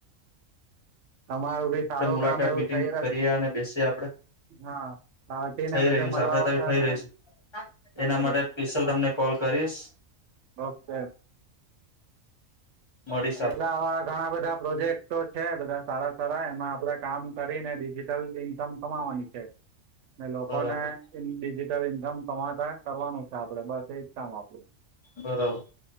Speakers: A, on the right (about 70°); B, on the left (about 30°).
A: તમારું બી સારું
B: મુલાકાત
A: કામ એવું
B: મિટિંગ
A: થઈ રહ--.
B: કરીએ અને બેસીએ આપડે
A: હા પારટી
B: થઈ
A: ને બધે
B: રહ્યું
A: મલાવટ
B: છે આપડે તો થઈ
A: ને
B: રહ્યું છે
A: બરાબર
B: એના માટે પિશલ તમને કોલ કરીશ
A: ઓકે
B: મળીશ
A: એટલા
B: આપ
A: આવા ઘણા બધા પ્રોજેક્ટો છે બધા સારા સારા એમાં આપણે કામ કર ડિજિટલ ઇનકમ કમાવાની છે. ને લોકોને
B: બરાબર
A: ઈન ડિજિટલ ઇન્કમ કમાતા કરવાનું છે આપડે બસ કામ આપડું
B: બરાબર